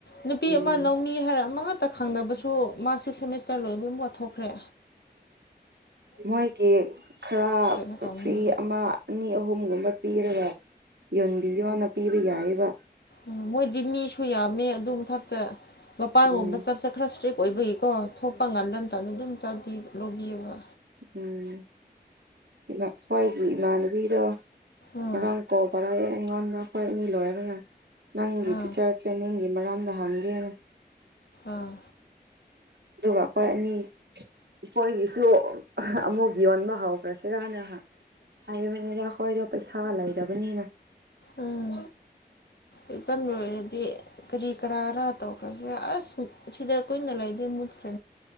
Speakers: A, on the left; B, on the right.
A: ꯅꯨꯄꯤ
B: ꯎꯝ
A: ꯑꯃ ꯅꯧꯃꯤ ꯍꯥꯏꯔ ꯃꯉꯛ ꯇ ꯈꯪꯅꯕꯁꯨ ꯃꯥ ꯁꯤꯛꯁ ꯁꯦꯃꯤꯁꯇꯔ ꯂꯣꯏꯕ ꯃꯊꯣꯛꯈ꯭ꯔꯦ
B: ꯃꯣꯏꯒꯤ ꯈꯔ
A: ꯀꯩꯅꯣ ꯇꯧꯅꯤ
B: ꯐꯔ꯭ꯤ ꯑꯃ ꯑꯅꯤ ꯑꯍꯨꯝꯒꯨꯝ ꯃ ꯄꯤꯔꯒ ꯌꯣꯟꯕꯤꯌꯣꯅ ꯄꯤꯕ ꯌꯥꯏꯌꯦꯕ
A: ꯎꯝ ꯃꯣꯏꯗꯤ ꯃꯤꯁꯨ ꯌꯥꯝꯃꯦ ꯑꯗꯨ ꯃꯊꯛꯇ ꯃꯄꯥꯟꯒꯨꯝꯕ
B: ꯎꯝ
A: ꯆꯞ ꯆꯥ ꯈꯔ ꯁꯇ꯭ꯔꯤꯛ ꯑꯣꯏꯕꯒꯤꯀꯣ ꯊꯣꯛꯄ ꯉꯝꯗꯕ ꯃꯇꯝꯗ ꯑꯗꯨꯝ ꯆꯥꯕꯤ ꯂꯧꯕꯤꯑꯕ
B: ꯎꯝ ꯏꯅ ꯑꯩꯈꯣꯏꯒꯤ ꯏꯃꯥꯟꯅꯕꯤꯗꯣ
A: ꯎꯝ
B: ꯉꯔꯥꯡ ꯀꯣꯕꯔꯥꯑꯦ ꯑꯩꯉꯣꯟꯗ ꯑꯩꯈꯣꯏ ꯑꯅꯤ ꯂꯣꯏꯔꯅ ꯅꯪꯒꯤ
A: ꯑꯥ
B: ꯇꯤꯆꯔ ꯇ꯭ꯔꯦꯅꯤꯡꯒꯤ ꯃꯔꯝꯗ ꯍꯪꯒꯦꯅ
A: ꯑꯥ
B: ꯑꯗꯨꯒ ꯈꯣꯏ ꯑꯅꯤ ꯑꯩꯈꯣꯏꯒꯤꯁꯨ ꯑꯍ ꯑꯃꯨꯛ ꯌꯣꯟꯕ ꯍꯧꯈ꯭ꯔꯁꯤꯔꯅ ꯍꯥꯏꯕꯅꯤꯗ ꯑꯩꯈꯣꯏꯗꯣ ꯄꯩꯁꯥ ꯂꯩꯗꯕꯅꯤꯅ
A: ꯎꯝ ꯑꯦꯖꯥꯝ ꯂꯣꯏꯔꯗꯤ ꯀꯔꯤ ꯀꯔꯥꯔ ꯇꯧꯈ꯭ꯔꯁꯦ ꯑꯁ ꯁꯤꯗ ꯀꯨꯏꯅ ꯂꯩꯗꯤ ꯃꯨꯠꯈ